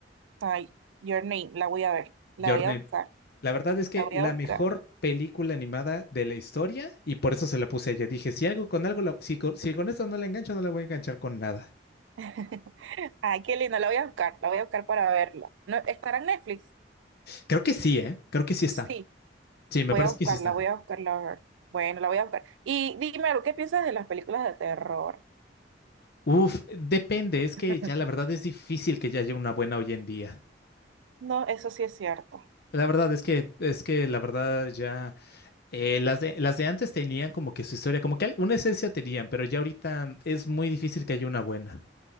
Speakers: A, on the right; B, on the left.
A: ay, Your Name, la voy a ver,
B: Your
A: la voy
B: Name.
A: a buscar,
B: La verdad es que
A: la voy
B: la
A: a buscar.
B: mejor película animada de la historia y por eso se la puse a ella. Dije, si algo con algo, la- si, con, si con esto no la engancho, no la voy a enganchar con nada.
A: <laughs> Ay, qué lindo, la voy a buscar, la voy a buscar para verla. ¿No, estará en Netflix?
B: Creo que sí, ¿eh? Creo que sí está.
A: Sí,
B: Sí, me
A: voy
B: parece
A: a buscarla,
B: que sí está.
A: voy a buscarla a ver. Bueno, la voy a buscar. Y dime algo, ¿qué piensas de las películas de terror?
B: Uf, depende, es que
A: <laughs>
B: ya la verdad es difícil que ya haya una buena hoy en día.
A: No, eso sí es cierto.
B: La verdad es que, es que la verdad ya... Eh, las de, las de antes tenían como que su historia, como que al- una esencia tenían, pero ya ahorita es muy difícil que haya una buena.